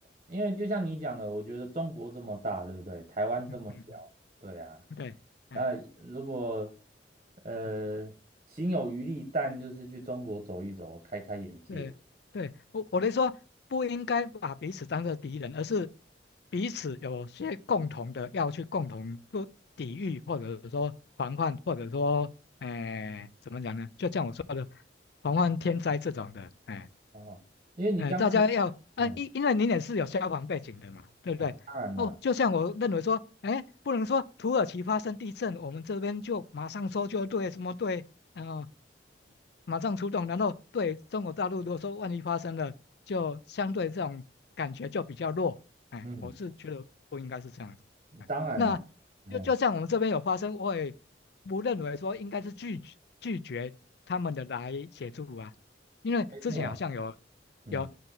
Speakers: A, on the right; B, on the left.
A: 因为就像你讲的，我觉得中国这么大，对不对？台湾这么小，
B: 嗯嗯
A: 对啊。
B: 嗯，对。哎
A: 那如果呃心有余力，
B: 嗯
A: 但就是去中国走一走，开开眼界
B: 对对，我我的说不应该把彼此当做敌人，而是彼此有些共同的要去共同不抵御，或者说防范，或者说，哎、怎么讲呢？就像我说的，防范天灾这种的，哎、
A: 哦。因为你刚刚也
B: 哎、大家要，哎、
A: 嗯
B: 因因为您也是有消防背景的嘛，对不对？
A: 啊、当然了，
B: 哦，就像我认为说，哎，不能说土耳其发生地震，我们这边就马上搜救队什么队，啊、马上出动，然后对中国大陆，如果说万一发生了，就相对这种感觉就比较弱。哎，
A: 嗯，
B: 我是觉得不应该是这样子。哎，
A: 当然了，
B: 那
A: 嗯，
B: 就就像我们这边有发生，我也不认为说应该是拒绝拒绝他们的来协助啊，因为之前好像有
A: 没错啊，嗯
B: 有